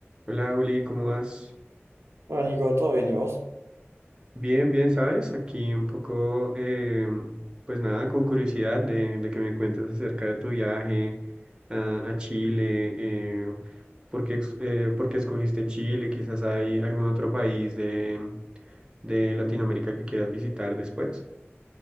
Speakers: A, on the right (about 20°); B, on the right (about 75°).
A: Hola Juli, ¿cómo vas?
B: Hola Nico, ¿todo bien y vos?
A: Bien, bien, ¿sabes? Aquí un poco, eh, pues nada, con curiosidad de, de que me cuentes acerca de tu viaje a, a Chile, eh, por qué, ex- eh, por qué escogiste Chile, quizás hay algún otro país de, de Latinoamérica que quieras visitar después.